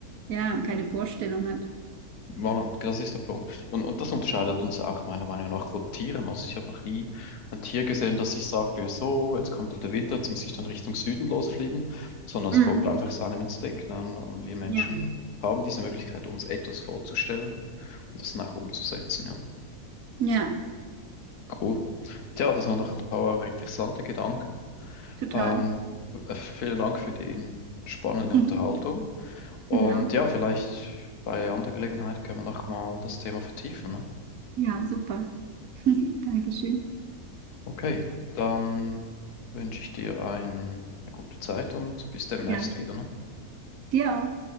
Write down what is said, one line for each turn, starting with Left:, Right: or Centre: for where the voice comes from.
Right: Ja, und keine Vorstellung hat.
Left: voilà, das ist der Punkt. Und, und das unterscheidet uns auch meiner Meinung nach von Tieren. Also ich habe noch nie ein Tier gesehen, das sich sagt, ja, so, jetzt kommt halt der Winter, jetzt muss ich dann Richtung Süden losfliegen, sondern es
Right: Mm,
Left: folgt einfach seinem Instinkt, ne? Und wir Menschen
Right: ja,
Left: haben diese Möglichkeit, uns etwas vorzustellen und das dann auch umzusetzen, ja.
Right: ja,
Left: Cool. Tja, das waren doch ein paar interessante Gedanken.
Right: total.
Left: Ähm, äh, vielen Dank für die spannende
Right: <laughs>
Left: Unterhaltung. Und
Right: Genau.
Left: ja, vielleicht bei anderer Gelegenheit können wir nochmal das Thema vertiefen, ne?
Right: Ja, super. <laughs> Dankeschön.
Left: Okay, dann wünsche ich dir ein, eine gute Zeit und bis demnächst
Right: Ja,
Left: wieder, ne?
Right: dir auch.